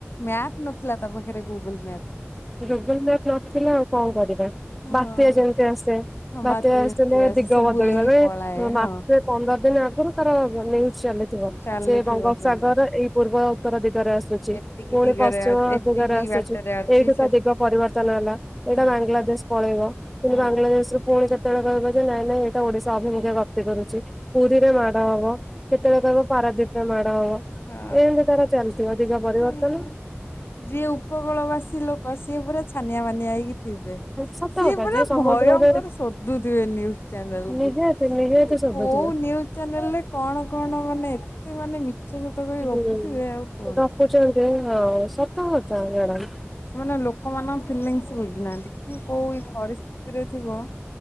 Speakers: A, on the left; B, in the centre.
A: ମ୍ୟାପ ନଥିଲା ତା ପାଖରେ। Google map.
B: <inaudible> ଥିଲେ ଆଉ କଣ କରିବା
A: ହଁ
B: ବାତ୍ୟା ଯେମିତି ଆସେ।
A: ହଁ
B: ବାତ୍ୟା
A: ବାତ ଯେମିତି
B: ଆସିଲେ
A: ଆସେ
B: ଦିଗ
A: ସେ
B: ବଦଳି
A: ବୁଲିକି
B: ଗଲେ
A: ପଳାଏ
B: ମାସେ
A: ହଁ
B: ପନ୍ଦର ଦିନ ଆଗରୁ। <inaudible> ଚାଲିଥିବ
A: ଚାଲିଥିବ
B: ସେ ବଙ୍ଗୋପସାଗର
A: ସେମିତି
B: ଏଇ ପୂର୍ବ ଉତ୍ତର ଦିଗରେ ଆସୁଛି
A: ଏତିକି
B: ପୁଣି
A: ଦିଗରେ
B: ପଶ୍ଚିମ
A: ଏତିକି
B: ଦିଗରେ ଆସୁଛି
A: ବାଟରେ ଅଛି
B: ଏଇଠି
A: ସେତିକି
B: ଦିଗ ପରିବର୍ତ୍ତନ ହେଲା ଏଇଟା
A: ହଁ
B: ବାଂଲାଦେଶ ପଳେଇବ କିନ୍ତୁ
A: ହଁ
B: ବାଂଲାଦେଶରୁୁ ପୁଣି କେତେବେଳେ କହିବ ଯେ ନାଇଁ ନାଇଁ ଏଇଟା ଓଡିଶା ଅଭିମୁଖେ ଗପ୍ତି କରୁଛି ପୁରୀରେ ମାଡ଼ ହବ କେତେବେଳେ କହିବ ପାରାଦ୍ଵୀପରେ ମାଡ଼ ହବ।
A: ହଁ
B: ଏମିତି ତାର ଚାଲିଥିବ ଦିଗ ପରିବର୍ତ୍ତନ।
A: ହଁ ଯିଏ ଉପକୂଳ ବାସୀ ଲୋକ ସିଏ ପୁରା ଛାନିଆ ବାନିଆ କି ଥିବେ
B: ସତ
A: ସିଏ
B: କଥା
A: ପୁରା
B: ଯିଏ ସମୁଦ୍ରରେ
A: ଭୟଙ୍କର ଶୋଧୁଥିବେ ନିୁଜ ଚ୍ୟାନେଲ
B: ନିହାତି
A: କୁ
B: ନିହାତି ଶୁଭୁଥିବ।
A: କୋଉ ନିୁଜ ଚ୍ୟାନେଲ ରେ କଣ କଣ ମାନେ ଏତେ ମାନେ ସେ ସେତେ କହି
B: ହୁଁ।
A: ଗପୁଥିବେ ଆଉ କୁହନ୍ତନି।
B: ଗପୁଛନ୍ତି ହଁ ସତ ହଥା ଗରାମ <unintelligible>
A: ସେମାନେ ଲୋକମାନଙ୍କ ଫିଲିଙ୍ଗସ ବୁଝୁନାହାନ୍ତି। କିଏ କୋଉ ପରିସ୍ଥିତିରେ ଥିବ।